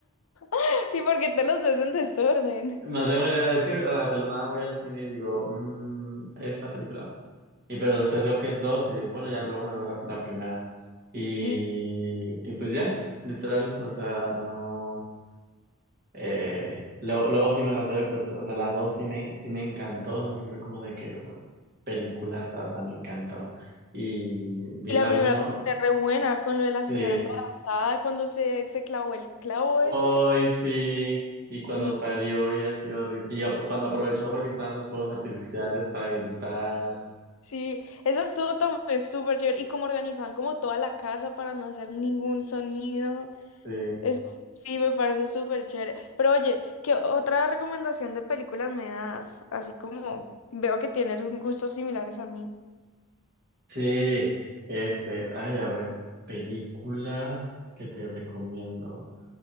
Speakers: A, on the left; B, on the right.
A: <laughs> ¿Y porque te los ves en desorden?
B: No tengo idea, es que o sea, de la nada voy al cine y digo, mmm, esta película. Y pero después veo que es 2 y digo, bueno, ya luego me veo la, la primera. Y,
A: Mm,
B: y pues ya, literal, o sea, no. Eh, luego, luego sí me las veo, pues, o sea, la dos sí me, sí me encantó, o sea, sí fue como de que, güey, películas, o sea, me encantó. Y vi
A: Y
B: la
A: la primera
B: uno,
A: temporada es re buena con lo de la señora
B: sí,
A: embarazada, cuando se, se clavó el clavo
B: hoy
A: ese.
B: sí, y cuando
A: Sí,
B: parió y así horrible. Y ap- cuando aprovechó porque estaban los fuegos artificiales para gritar,
A: sí, eso estuvo también súper chévere. Y como organizaban como toda la casa para no hacer ningún sonido.
B: sí,
A: Es, sí, me parece súper chévere. Pero oye, ¿qué otra recomendación de películas me das? Así como veo que tienes un gustos similares a mí.
B: sí, este, ay, a ver, películas que te recomiendo.